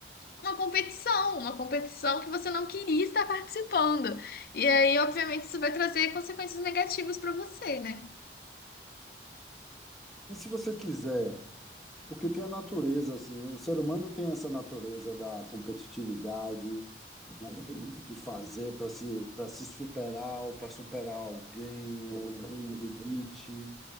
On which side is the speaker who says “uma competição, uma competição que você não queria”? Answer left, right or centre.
Left